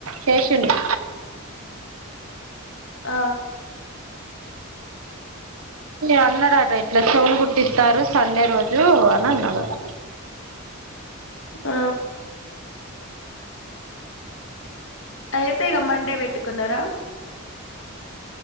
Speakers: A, on the right; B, on the left.
A: చేసిండు
B: ఆ
A: అన్నడట ఏట్లా చవులు కుట్టిస్తారు సండే రోజు అని అన్నాదట
B: ఆ అయితే ఇక మండే పెట్టుకున్నారా